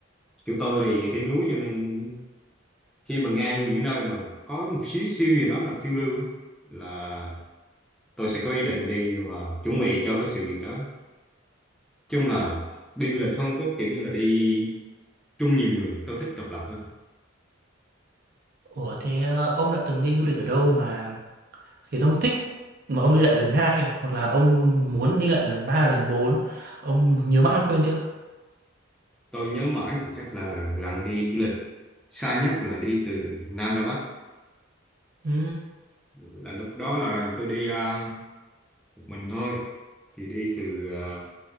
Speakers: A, in the centre; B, on the right.
A: chỗ tôi thì trên núi cho nên khi mà nghe những nơi mà có một xíu xíu gì đó là phiêu lưu ấy là tôi sẽ có ý định đi và chuẩn bị cho cái sự việc đó chung là đi du lịch không có kiểu như là đi chung nhiều người tôi thích độc lập hơn
B: ủa thế ờ, ông đã từng đi du lịch ở đâu mà khiến ông thích mà ông đi lại lần hai hoặc là ông muốn đi lại lần ba lần bốn ông nhớ mãi ông quên chưa
A: tôi nhớ mãi thì chắc là lần đi du lịch xa nhất là đi từ Nam ra Bắc
B: Ừ.
A: là lúc đó là tôi đi ờ, một mình thôi thì đi từ ờ,